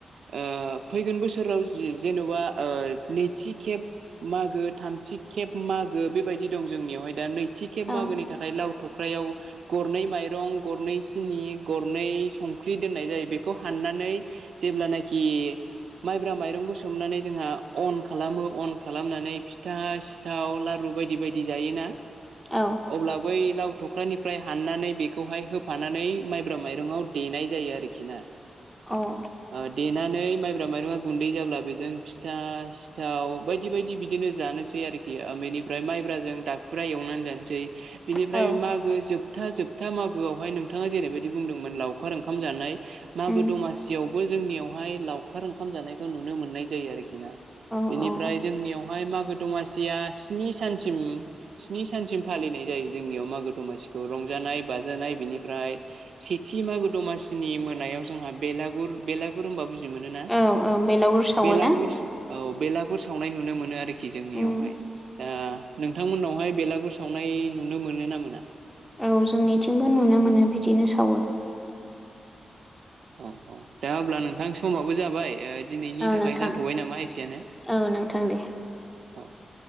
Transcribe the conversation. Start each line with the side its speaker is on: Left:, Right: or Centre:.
Right: ओ फैगोन बोसोराव जि जेन'बा ओ नैथि खेब मागो थामथि खेब मागो बेबायदि दं जोंनियावहाय दा नै थि खेब
Centre: औ
Right: मागोनि थाखाय लाव थख्रायाव गरनै माइरं गरनै सिनि गरनै संख्रि दोननाय जायो बेखौ हाननानै जेब्लानाखि माइब्रा माइरंखौ सोमनानै जोंहा अन खालामो अन खालामनानै फिथा सिथाव लारु बायदि -बायदि जायोना
Centre: औ
Right: अब्ला बै लाव थख्रानि फ्राय हाननानै बेखौहाय होफानानै माइब्रा माइरंआव देनाय जायो आरखि ना
Centre: औ
Right: ओ देनानै माइब्रा माइरंआ गुन्दै जाब्ला बेजों फिथा स थाव बायदि- बायदि बिदिनो जानोसै आरखि बेनिफ्राय माइब्राजों दाखुरा एवनानै जानसै बिनिफ्राय
Centre: औ
Right: मागो जोबथा -जोबथा मागोआवहाय नोंथाङा जेरैबायदि बुंदोंमोन लावखार ओंखाम जानाय मागो
Centre: उम
Right: दमासियावबो जोंनियावहाय लावखार ओंखाम जानायखौ नुनो मोननाय जायो आरोख खिना
Centre: औ
Right: बेनिफ्राय
Centre: औ औ
Right: जोंनियावहाय मा गो दमासिया स्नि सानसिम स्नि सानसिम फालिनाय जायो जोंनियाव मागो दमासि खौ रंजानाय बाजानाय बेनिफ्राय सेथि मागो दमासिनि मोनायाव जोंहा बेलागुर बेलागुर होमबा बुजि जिमोनोना
Centre: औ औ बेलागुर सावो
Right: बेलागुरस
Centre: ना
Right: औ बेलागुर सावनाय नुनो मोनो आरो खि जोंनियावहाय
Centre: उम
Right: दा नोंथांमोननावहाय बेलागुर सावनाय नुनो मोनो ना मोना
Centre: औ जोंनिथिंबो नुनो मोनो बिदिनो सावो
Right: औ औ दा अब्ला नोंथां समाबो जाबाय ओ दिनैनि
Centre: औ
Right: थाखाय
Centre: नोंथां
Right: जाथ'बाय नामा एसेयानो
Centre: औ नोंथां दे
Right: औ